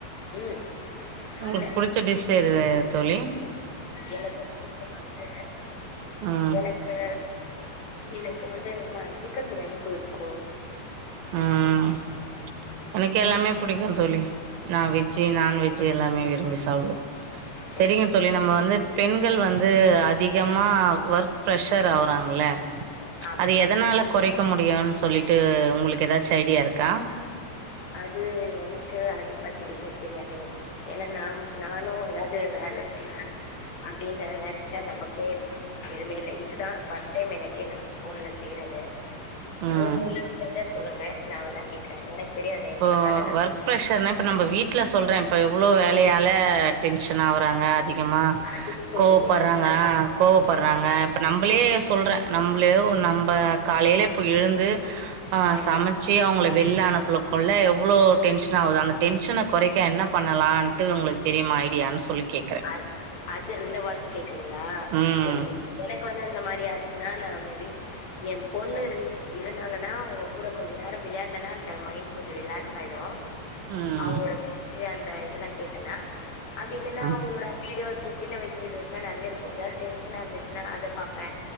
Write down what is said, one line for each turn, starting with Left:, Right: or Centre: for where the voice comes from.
Left: ம்
Right: உங்களுக்கு
Left: இல்ல
Right: புடிச்ச டிஷ் எது தோழி
Left: எனக்கு புடிச்சது வந்து
Right: ம்
Left: எனக்கு எனக்கு வந்து சிக்கன் பிரியாணி புடிக்கும்
Right: ம் எனக்கு எல்லாமே பிடிக்கும் தோழி நான் வெஜ் நான்வெஜ எல்லாம விரும்பி அவ்வ
Left: சேரி
Right: சரிங்க
Left: சேரி
Right: தோழி நம்ம வந்து பெண்கள் வந்து அதிக அதிகம்மா ஒர்க் ப்ரஷர்
Left: சொ
Right: ஆகுறாங்கள
Left: ஆமா
Right: அத எதனால குறைக்க இரு முடியான்னு சொல்லிட்டு உங்களுக்கு ஏதாச்சும் ஐடியா இருக்கா
Left: அது எனக்கு அத பத்தி எதுவுமே தெரியாதே ஏன்னா நாம் நானும் ஏதாவது வேலை செய்யலன் அப்படின்னு நினைச்சா நமக்கே எதுவுமே இல்லை இதுதான் ஃபர்ஸ்ட் டைம் எனக்கே நான் போன்ல செய்றது
Right: ம்
Left: அது உங்க <unintelligible> சொல்லுங்க நான் வேன்னா கேக்குறேன் எனக்கு தெரியாதே
Right: இப்போ
Left: அதனால தான்.
Right: ஒர்க் ப்ரஷர்ன இப்போ நம்ம வீட்டில் சொல்றேன் இப்போ எவ்ளோ வேலையால டென்ஷன் ஆகறாங்க அதிகமா
Left: அதுன்னு சொல்றீங்களா?
Right: கோவப்படுறாங்க
Left: அந்த
Right: கோவப்படுறாங்க
Left: சொல்-
Right: இப்ப நம்மளே சொல்றேன் நம்மளே நம்ம காலையில இப்போ எழுந்து ஆ
Left: ஆமா.
Right: சமைச்சு அவங்க வெள்ளானனுப் ள்ள கொல்ல எவ்லோ டென்ஷன் ஆகுது அந்த டென்ஷன் குறைக்க என்ன பண்ணலான்ட்டு உங்களுக்கு தெரியுமா ஐடியான்னு சொல்லி கேக்குறே
Left: அது அது அந்த ஒர்க் கேக் கிங்கல
Right: ம்
Left: சேரி சேரி எனக்கு வந்து அந்த மாரி சுன்னா நா மேபி எ பொண்ணு இருந் இருந்தாங்கன்னா அவங்க கூட கொஞ்சோ நேரம் விளையாடுனனா அந்த மைண்ட் கொஞ்சோ ரிலாக்ஸ் ஆயிடும்
Right: ம்
Left: அவங்களோட பேச்சு அந் ந்த இதெல்லாம் கேட்டன அது நா
Right: ம்
Left: உங்களோட வீடியோஸ் சின்ன வயச சு வீடியோஸ்லா நறைய இருக்கும் ஏதாது டென்ஷனா இருந்துச்சுன்னா அத பாப்ப